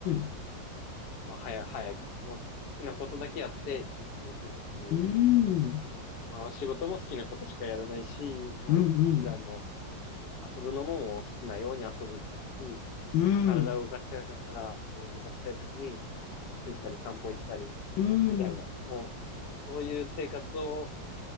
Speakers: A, on the left; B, on the left.
A: ん
B: まあ、早、早く、もう、好きなことだけやって生きていくっていう、
A: うん。うん。
B: まあ、仕事も好きなことしかやらないし、もう、
A: うんうん。
B: 普段の、遊ぶのももう好きなように遊ぶし、
A: うん。
B: なんか体を動かしたかったら、もう動かしたい時に、つたり散歩行ったり、
A: うん。
B: みたいな、もう、そういう生活を、